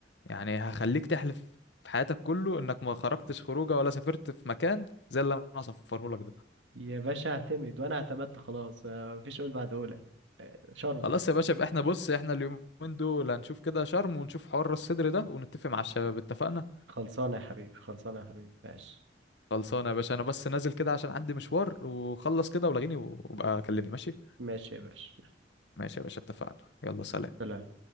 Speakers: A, on the left; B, on the right.
A: يعني هخليك تحلف في حياتك كله انك ما خرجتش خروجه ولا سافرت في مكان زي اللي انا هصفره لك ده
B: يا باشا اعتمد وانا اعتمدت خلاص آه، مفيش قول بعد قولك آه، شرم
A: خلاص يا باشا يبقى احنا بص احنا اليومين دول هنشوف كده شرم ونشوف حوار راس الصدر ده ونتفق مع الشباب اتفقنا
B: خلصانة يا حبيبي خلصانة يا حبيبي ماشي
A: خلصانه يا باشا انا بس نازل كده عشان عندي مشوار وخلص كده ولاغيني وابقى كلمني ماشي
B: ماشي يا باشا
A: ماشي يا باشا اتفقنا يلا سلام
B: سلام